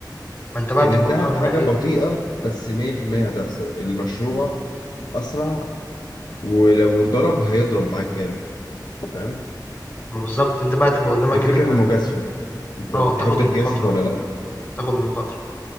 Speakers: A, on the left; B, on the left.
A: ما انت بقى
B: يعني
A: بتبقى
B: الذهب
A: قدامك
B: حاجه
A: بقى ايه
B: بطيئه بس 100% هتحصل المشروع اسرع ولو ضرب هيضرب معاك جامد فاهم
A: ما بالظبط انت بقى تبقى قدامك
B: هي الفكره
A: ان انت
B: في المجازفه انت
A: اه
B: بتحب
A: تاخد
B: تجازف
A: المخاطرة
B: ولا لا
A: تاخد المخاطرة